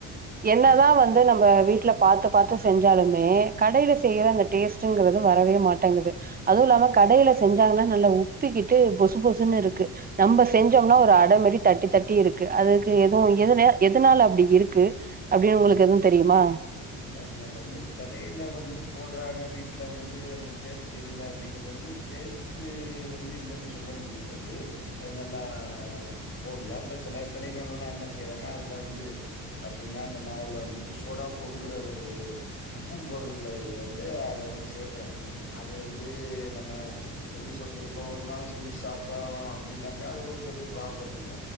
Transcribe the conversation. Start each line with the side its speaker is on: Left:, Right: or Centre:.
Right: என்னதா வந்து நம்ப வீட்ல பாத்து பாத்து செஞ்சாலுமே கடையில செய்யற அந்த டேஸ்ட்ங்கிறது வரவே மாட்டங்குது அதுவு இல்லாம கடையில செஞ்சாங்கன்னா நல்லா உப்பிக்கிட்டு பொசு பொசுன்னிருக்கு நம்ப செஞ்சோம்னா ஒரு அட மாரி தட்டி தட்டி இருக் கு அதுக்கு எதுவு எதுனே எதனால அப்டி இருக்கு அப்டின் உங்குளுக்கு எதுவு தெரியுமா
Left: இல்ல இல்ல வந்து கடையில வந்து போடுறாங்க வீட்ல வந்து அந்த டேஸ்ட் இல்ல அப்டிங் கற்து டேஸ்டு வந்து இல்ன்னு சொல்ல முடியாது அது நல்லா போட் லா இப்ப செல கடைகங்கெல்வா என்ன செய்யறாங்க அதுல வந்து பாத்தீங்கன்னா அந்த மாவுல வந்துட்டு சோடா உப்புங்குற ஒரு உப்பும் பொருளை வந்து அத வந்து சேக்குறாங்க அது வந்து எ நம்ப எப்டி சொல்றது இப்ப ஒரு நாள் செஞ்சு சாப்ட்டோ அப்டின்னாக்கா அது ஒரு பெரிய ப்ராப்ளம் இல்ல